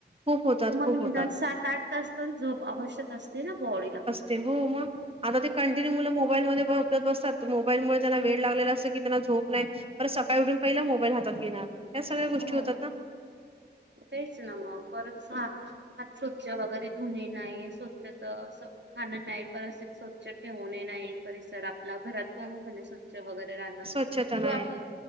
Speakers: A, on the right; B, on the right.
A: खूप होतात
B: तुम्हाला
A: खूप
B: निदान
A: होतात
B: सात आठ तास तर झोप आवश्यक असते ना बॉडीला लागते
A: ते हो मग आता ते कॉन्टीनुए मुलं मोबाईल बघत बसतात मोबाईलमुळे त्याना वेड लागलेला असं क त्यांना झोप
B: हो
A: नाही परत सकाळी उठून पहिला मोबाईल हातात घेणार या सगळ्या गोष्टी
B: हो.
A: होतात ना
B: तेच ना मग परत हात स्वच्छ वगैरे धुणे नाही स्वच्छ तर असं खाणं नाही परिसर स्वच्छ ठेवणे नाही परिसर आपला घरात पण होणे स्वच्छ वगैरे राहणं
A: स्वच्छता
B: किंवा
A: नाही
B: आपली